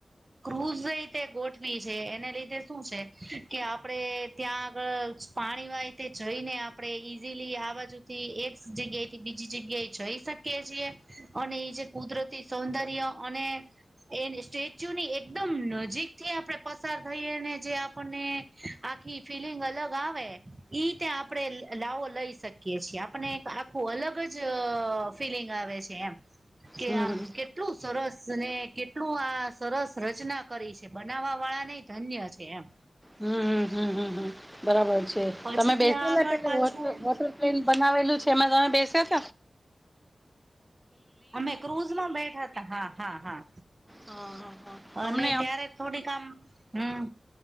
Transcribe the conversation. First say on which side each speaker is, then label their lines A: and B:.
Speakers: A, on the right (about 35°); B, in the centre.
A: ક્રૂઝ રીતે ગોઠવી છે એને લીધે શું છે કે આપડે ત્યાં આગળ પાણી વાય તે જઈને આપણે ઈઝીલી આ બાજુથી એક જગ્યાએ થી બીજી જગ્યાએ જઈ શકીએ અને એ જે કુદરતી સૌંદર્ય અને એ જૂની એકદમ નજીક થી આપણે પસાર થઈ અને જે આપણને આખી ફિલિંગ અલગ આવે ઈ ત્યાં આપણે લાવો લઈ શકીયએ છીએ આપને એક આખું અલગ જ ફીલિંગ આવે છે એ કે
B: હમ
A: આમ
B: હમ
A: કેટલું સરસ ને કેટલું આ સરસ રચના કરી છે બનાવવા વાળા નને ધન્ય છે એમ
B: હમ બરાબર છે
A: પછી
B: તમે બેસેલા
A: ત્યાં આગળ
B: કે
A: પાછું
B: વૉટર્લ્પ્લેન બનાવેલું છે એમાં તમે બેસ ત
A: અમે ક્રુઝમાં બેઠા હતા હા હા હા
B: હા હા હા
A: અને
B: અમને
A: ત્યારે થોડીક આમ હમ